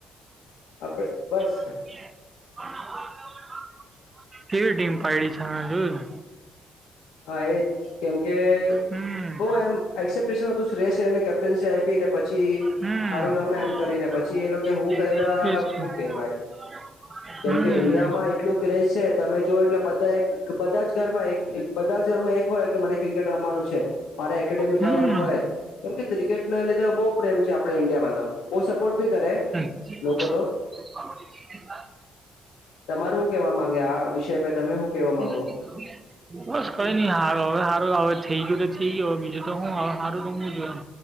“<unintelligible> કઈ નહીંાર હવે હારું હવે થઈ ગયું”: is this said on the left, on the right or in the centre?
Right